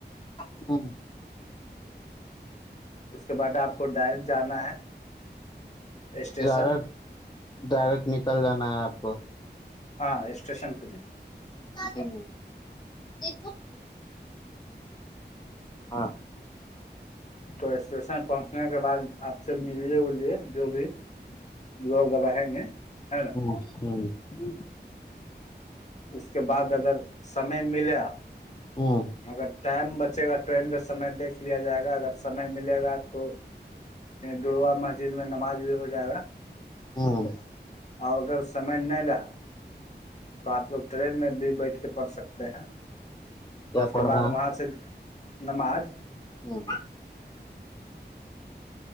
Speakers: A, on the left; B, on the left.
A: ھمم
B: اس کے بعد آپ کو ڈائریکٹ جانا ہے اسٹیشن
A: زر ڈائریکٹ نکل جانا ہے آپ کو
B: ہاں اسٹیشن کے لیے
A: ہ ج ہاں
B: تو اسٹیشن پہنچنے کے بعد آپ سے ملیے ولیے جو بھی <unintelligible>
A: جچ <unintelligible> جی
B: اس کے بعد اگر سمے ملا
A: ہاں
B: اگر ٹائم بچے گا ٹرین کا سمے دیکھ لیا جائے گا اگر سمے ملے گا تو دروا مسجد میں نماز بھی ہو جائے گا
A: ہاں
B: اور اگر سمے نہیں رہا تو آپ لوگ ٹرین میں بھی بیٹھ کے پڑھ سکتے ہیں
A: کیا
B: اس
A: پڑھنا
B: کے بعد وہاں سے نماز
A: ہوں <unintelligible>